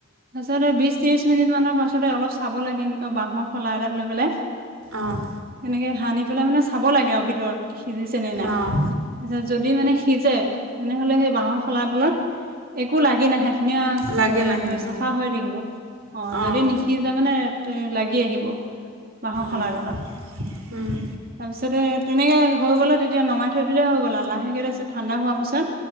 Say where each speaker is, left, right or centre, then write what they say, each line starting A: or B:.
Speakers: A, on the right; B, on the right.
A: তাৰপাছতে বিচ ত্ৰিশ মিনিট মানৰ পাছ অলপ চাব লাগে এনেকুৱা বাহৰ শলা এডাত লৈ পেলাই।
B: অঁ
A: এনেকে হানি। পেলাই মানে চাব লাগে আৰু ভিতৰত কি। সিজিছে নে নাই।
B: অঁ
A: তাৰপিছত যদি মানে সিজে তেনেহলে সেই বাঁহৰ শলাডলত একো লাগি নাহে ধুনীয়া
B: লাগি
A: হেৰি
B: নাহিব
A: হৈ চাফা হৈ থাকিব। অ যদি
B: অঁ
A: নি মানে লাগি আহিব মাহৰ শলা
B: অঁ
A: এডালত।
B: অঁ
A: তাৰপিছতে তেনে, হৈ গ'লে তেতিয়া নমাই থৈ দিলে হৈ গ'ল আৰু লাহেকে তাৰপাছত ঠাণ্ডা হোৱাৰ পিছত।